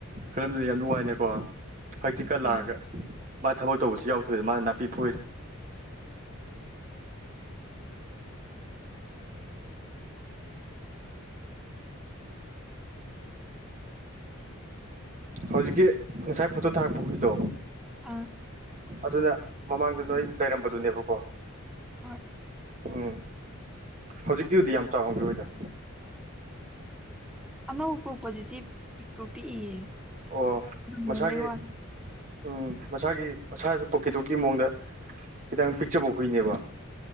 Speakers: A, on the right (about 35°); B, in the centre.
A: ꯈꯔꯅꯗꯤ ꯌꯥꯝ ꯅꯨꯡꯉꯥꯏ ꯅꯀꯣ ꯍꯛꯆꯤꯛꯀ
B: ꯎꯝ
A: ꯂꯥꯡꯑꯒ ꯃꯥ ꯊꯕꯛ ꯇꯧꯕꯁꯤ ꯌꯥꯎꯗꯣꯏꯗ ꯃꯥꯅ ꯅꯥꯄꯤ ꯐꯣꯏꯔꯤ ꯍꯧꯖꯤꯛꯀꯤ ꯉꯁꯥꯏ ꯐꯣꯇꯣ ꯊꯥꯔꯛꯄ ꯍꯨꯏꯗꯣ
B: ꯎꯝ
A: ꯑꯗꯨꯅ ꯃꯃꯥꯡꯗ ꯅꯣꯏ ꯂꯩꯔꯝꯕꯗꯨꯅꯦꯕꯀꯣ
B: ꯍꯣꯏ
A: ꯎꯝ ꯍꯧꯖꯤꯛꯀꯤꯗꯨꯗꯤ ꯌꯥꯝ ꯆꯥꯎꯔꯝꯒꯤꯔꯣꯏꯗ
B: ꯑꯅꯧꯕ ꯄꯣꯛꯄꯖꯤꯗꯤ ꯄꯤꯛꯇ꯭ꯔꯨ ꯄꯤꯛꯏꯌꯦ
A: ꯑꯣ ꯃꯁꯥꯒꯤ
B: ꯂꯣꯟꯕꯩ ꯋꯥꯅꯤ
A: ꯎꯝ ꯃꯁꯥꯒꯤ ꯃꯁꯥꯁꯨ ꯄꯣꯀꯦꯠ ꯗꯣꯒ ꯀꯤ ꯃꯑꯣꯡꯗ ꯈꯤꯇꯪ ꯄꯤꯛꯆꯕ ꯍꯨꯏꯅꯦꯕ